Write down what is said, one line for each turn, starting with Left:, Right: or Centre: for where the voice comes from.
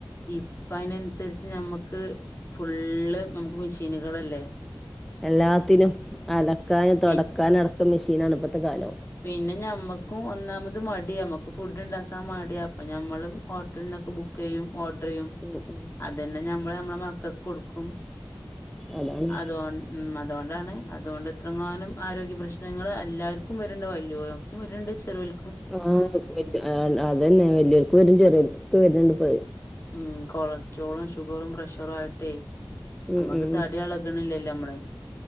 Left: ഇപ്പയിനൻസരിച്ച് ഞമ്മക്ക് ഫുള്ള് നമുക്ക് മിഷീനുകളല്ലെ
Centre: എല്ലാത്തിനു അലക്കാൻ
Left: പി
Centre: തൊടക്കാനടക്കം മിഷീനാണ് പ്പത്തെ കാലൊ
Left: പിന്ന ഞമ്മക്കു ഒന്നാമത് മടിയാ മ്മക്ക് ഫുഡ്ണ്ടാക്കാ മടിയപ്പ ഞമ്മളും ഹോ ത്‌ന്നൊക്ക ബുക്കെയ്യും ഓഡ്രെയ്യും
Centre: ഉം ഉം
Left: അതെന്നെ ഞമ്മള് ഞമ്മള മക്കക്കൊടുക്കും
Centre: അതാണ്
Left: അതോൺ ഉം അതുകൊണ്ടാണ് ഉം ഉം ഉം ഉം അതുകൊണ്ടാണ് അത് കൊണ്ടെത്രങ്ങാനും ആരോഗ്യ പ്ര്രശ്നങ്ങ എല്ലാര്ക്കും വരു രണ്ട് വല്ല്യോക്കു വിരണ്ട് ചെറുൽ
Centre: ആഹ് അതന്നെ വലിയോർക്കും വരും ചെറിയോർക്കും വരണ്ട് ഇപ്പ
Left: ഉം കൊളസ്ട്രോളും ഷുഗറും പ്രഷറും ആയിട്ടേ
Centre: ഉം
Left: നമ്മൾക്ക്
Centre: ഉം
Left: തടി അള ട്ണ്ല്ലല്ലൊ മ്മള്